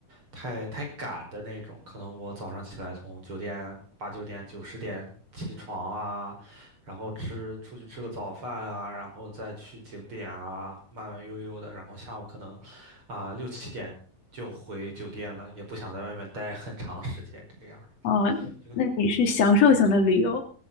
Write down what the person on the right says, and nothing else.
太太赶的那种。可能我早上起来从酒店八九点九十点起床啊，然后吃出去吃个早饭啊，然后再去景点啊，慢慢悠悠的，然后下午可能啊六七点就回酒店了，也不想在外面待很长时间这个样儿，
就跟